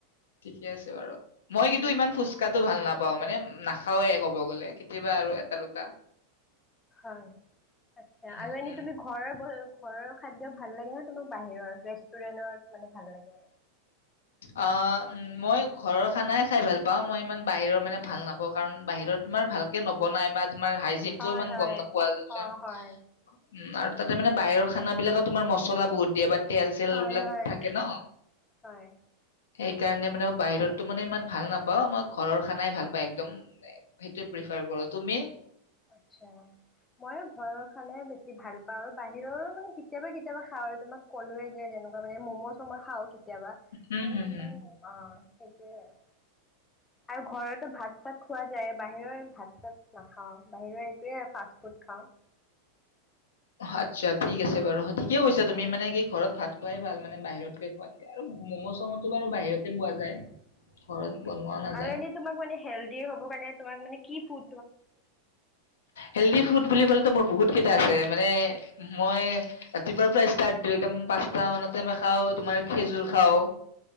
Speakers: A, on the left; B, on the left.
A: ঠিকে আছে বাৰু। মই কে কিন্ত ইমান ফুচকাটো
B: অ,
A: ভাল নাপাও, মানে নাখাওঁয়ে ক'ব গ'লে, কেতিয়াবা আৰু এটা দুটা
B: হয়। আচ্ছা, আৰু
A: উম,
B: এনে তুমি ঘৰৰ <unintelligible> ঘৰৰ খাদ্য ভাল লাগে নে? তোমাক বাহিৰৰ ৰেষ্টুৰেণ্টৰ, মানে ভাল লাগে আৰু
A: অ, মই ঘৰৰ খানাই খাই ভাল পাওঁ। মই ইমান বাহিৰৰ, মানে, ভাল নাপাওঁ, কাৰণ বাহিৰত তোমাৰ ভালকে নবনাই বা তোমাৰ হাইজিনটোও
B: হয়
A: ইমান
B: হয়
A: গম নোপোৱা যায়।
B: অ
A: উম,
B: হয়
A: আৰু তাতে, মানে, বাহিৰৰ খানা বিলাকত তোমাৰ মচলা বহুত দিয়ে বাত তোমাৰ তেল চেল
B: হয়
A: বিলাক
B: হয়
A: থাকে ন
B: হয়
A: সেইকাৰণে মানে বাহিৰতটো মানে ইমান ভাল নাপাওঁ মই ঘৰৰ খানাই ভাল পাও একদম সেইটোৱেই প্ৰিফাৰ কৰো তুমি
B: আচ্ছা মই ঘৰৰ খালে বেছি ভাল পাও আৰু বাহিৰৰো মানে কেতিয়াবা কেতিয়াবা খাওঁ আৰু তোমাক ক'লোৱয়ে যেনেকুৱা মানে মম' চম খাওঁ কেতিয়াবা আৰু
A: উম, হুম,
B: এনেই
A: হুম।
B: অ সেইটোৱে আৰু আৰু ঘৰতো ভাত চাত খোৱা যায় বাহিৰৰ ভাত চাত নাখাওঁ বাহিৰৰ এইটোৱে ফাষ্ট ফুড খাওঁ
A: আচ্ছা ঠিক আছে বাৰু ঠিকে কৈছা তুমি মানে কি ঘৰত ভাত খোৱাই ভাল মানে বাহিৰতকে খোৱ দিয়া আৰু ম'ম' চম'তটো বাৰু বাহিৰতে পোৱা যায়। ঘৰত বনোৱা
B: আা আৰু
A: নাযায়।
B: এনে তম ম হেল হ কাৰণ কি ফু
A: হেলডি ফুড বুলি ক'লেতো মই বহুত কেইটা আছে মানে মই ৰাতিপুৱা প্ৰায় ষ্টাৰ্ট দিওঁ একদম পাঁচটা মানতে মই খাওঁ তোমাৰ খেজুৰ খাও